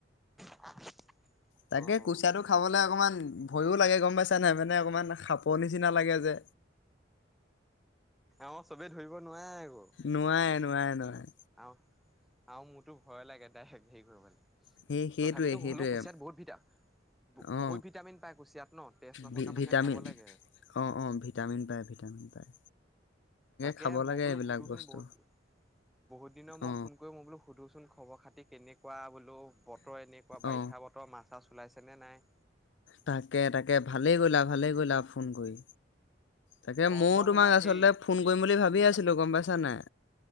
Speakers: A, in the centre; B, on the left.
A: <unintelligible>
B: তাকে
A: অ
B: কুচিয়াটো
A: অ
B: খাবলে অকমান ভয়ো লাগে গম পাইছা নাই মানে অকমান সাঁপৰ নিচিনা লাগে যে।
A: অ চবে ধৰিব নোৱাৰে। আকৌ
B: নোৱায়। নোৱাৰে নোৱাৰে।
A: আহ আৰু মোৰতো ভয় লাগে ডাইৰেক্ হেৰি কৰিবলে।
B: সেই সেইটোৱে
A: তথাপিতো
B: সেইটোৱে
A: হ'লেও কুচিয়াত বহুত ভ বহুত
B: অ
A: ভিটামিন পায় কুচিয়াত ন তেজ নথকা
B: ভি- ভিটামিন
A: মানুহে খাব লাগে।
B: অ অ ভিটামিন পায় ভিটামিন পায়
A: তাকে
B: খাব
A: মই
B: লাগে
A: বোলো
B: এইবিলাক
A: সুধোচোন
B: বস্তু
A: বহুত বহুত দিনৰ মই
B: অ
A: ফোন কৰি মই বোলো সুধোচোন খবৰ খাতি। কেনেকুৱা বুলি? বতৰ এনেকুৱা বাৰিষা
B: অ
A: বতৰ মাছ, চাছ ওলাইছে। চেনে নাই?
B: তাকে তাকে ভালেই কয়িলা ভালেই কয়িলা ফোন কৰি। তাকে
A: অ
B: ময়ো
A: মই
B: তোমাক আচলতে
A: হেৰি
B: ফোন কৰিম বুলি ভাবিয়ে আছিলোঁ গম পাইছা নাই